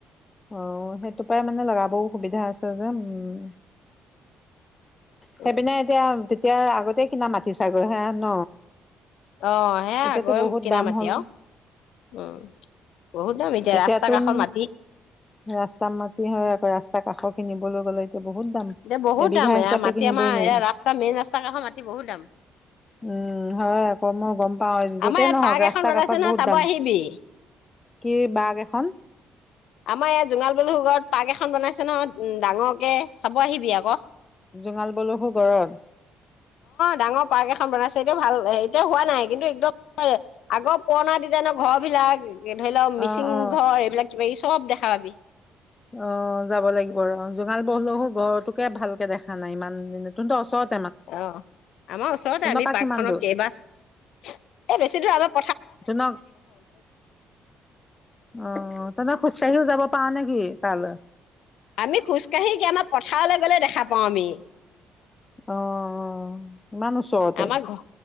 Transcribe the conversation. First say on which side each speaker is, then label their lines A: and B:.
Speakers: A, on the left; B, on the left.
A: অ সেইটো পৰাই মানে লগাবও সুবিধা আছে যে উম। সেইপিনে
B: উম
A: এতিয়া তেতিয়া আগতে কিনা মাতি চাগৈ হে ন?
B: অ সেয়া
A: এতিয়াতো
B: গৈ
A: বহুত
B: কিনা
A: দাম
B: মাটি
A: হ'ল
B: আও, উম বহুত দাম এতিয়া
A: এতিয়াতোন
B: ৰাস্তা কাষত মাটি।
A: ৰাস্তা মাটি হয় আকৌ ৰাস্তা কাষ খিনিবলৈ গ'লে বহুত দাম।
B: এতিয়া বহুত
A: এবিঘা
B: দাম এয়া
A: হিচাপে
B: মাটি
A: কিনিবই
B: আমাৰ
A: নোৱাৰি।
B: এয়া ৰাস্তা মেইন ৰাস্তা কাষৰ মাটি বহুত দাম
A: উম হয় আক মই গম পাওঁ য'তে
B: আমাৰ ইয়াত
A: নহওক
B: পাৰ্ক
A: ৰাস্তাৰ
B: এখন বনাইছে
A: কাষত
B: নহয়
A: বহুত
B: চাব
A: দাম
B: আহিবি।
A: কি বাঘ এখন?
B: আমাৰ ইয়াত জোঙাল বলু ঘৰত পাৰ্ক এখন বনাইছে ন উ ডাঙৰকে। চাব আহিবি আক। অ
A: জোঙাল বলহু গড়ত
B: ডাঙৰ পাৰ্ক এখন বনাইছ। সেইটো ভাল এতিয়া হোৱা নাই, কিন্তু একদম আগৰ পুৰণা ডিজাইনৰ ঘৰ বিলাক। ধৰি লওক মিচিং
A: অ অ
B: ঘৰ এইবিলাক কিবা চব দেখা পাবি।
A: অ যাব লাগিব ৰ জোঙাল বহলহো গৰটোকে ভালকে দেখা নাই ইমান দিনে। <unintelligible> ওচৰত
B: অ আমাৰ ওচৰতে আমি
A: পৰা
B: পাৰ্ক
A: কিমান
B: খনৰ
A: দূৰ
B: কেইবা এ বেছি দূৰ আগত
A: তনক আহ তনক খোজ কঢ়িও যাব পাৱ নেকি তালে?
B: আমি খোজকাাঢ়ি কি আমাৰ পথাৰলে গলে দেখা পাও আমি।
A: আহ ইমান ওচৰতে?
B: আমাৰ ঘৰ